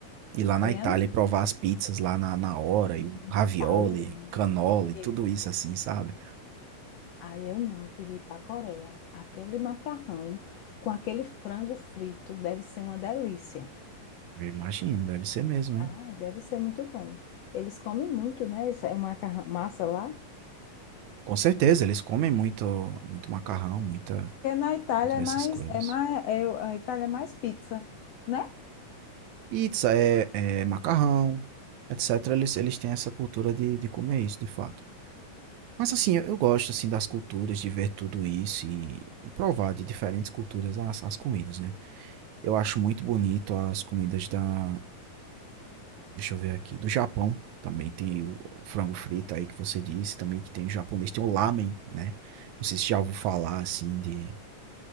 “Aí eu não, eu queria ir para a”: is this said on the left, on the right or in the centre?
Left